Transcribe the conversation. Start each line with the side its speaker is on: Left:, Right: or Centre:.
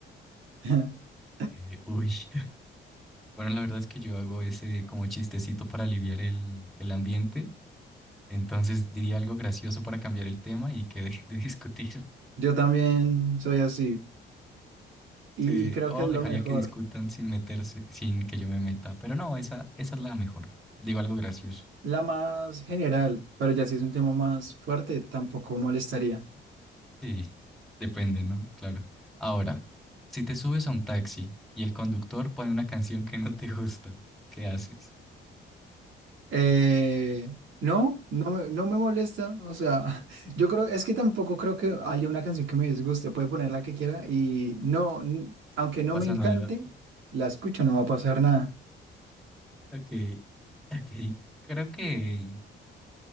Right: <laughs>
Centre: Eh, uy. <laughs> Bueno, la verdad es que yo hago ese como chistecito para aliviar el, el ambiente Entonces diría algo gracioso para cambiar el tema y que dejen de <laughs> discutir.
Right: Yo también soy así y,
Centre: Sí,
Right: y creo
Centre: o
Right: que es
Centre: dejaría
Right: lo mejor,
Centre: que discutan sin meterse, sin que yo me meta. Pero no, esa, esa es la mejor. Digo algo gracioso.
Right: la más general, pero ya si es un tema más fuerte, tampoco molestaría.
Centre: Sí, depende, ¿no? Claro. Ahora, si te subes a un taxi y el conductor pone una canción que no te gusta, ¿qué haces?
Right: Eh, no, no me, no me molesta. O sea, <laughs> yo creo, es que tampoco creo que haya una canción que me disguste. Puede poner la que quiera y no, n- aunque
Centre: No
Right: no
Centre: pasa
Right: me encante,
Centre: nada.
Right: la escucho, no va a pasar nada.
Centre: Ok, ok. Creo que